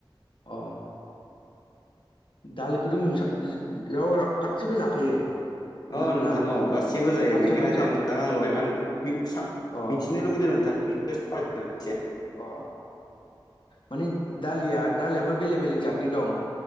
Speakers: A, on the left (about 70°); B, on the left (about 50°).
A: अ। दालिखौथ' नोंसा <unintelligible> गासिबो जाखायो।
B: अ नोंथां
A: ना
B: औ गासिबो जायो
A: गासिबो
B: बेनिखायनो
A: साब
B: नोंथां आं
A: अ
B: बायमान
A: बे
B: मि-सा-
A: अ
B: मिथिनो लुुबैदों नोंथां। <unintelligible>
A: अ मानि दालिया दालियाबो बेलेग बेलेग जातनि दं।